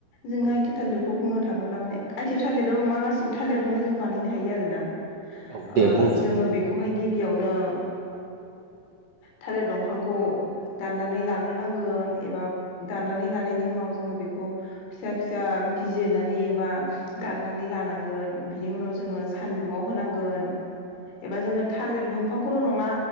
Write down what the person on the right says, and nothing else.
औ
औ दे
बुं